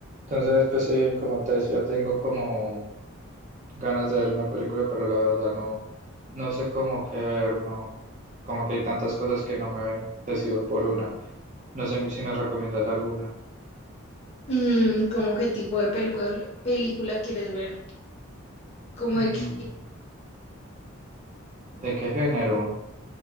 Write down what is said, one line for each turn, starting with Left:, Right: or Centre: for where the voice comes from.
Right: Entonces, pues sí, como te decía, tengo como ganas de ver una película, pero la verdad no, no sé cómo qué ver, no, como que hay tantas cosas que no me decido por una. No sé si me recomiendas alguna.
Left: Mm, ¿cómo qué tipo de película, película quieres ver? Como
Right: Mm,
Left: de que,
Right: ¿de qué género?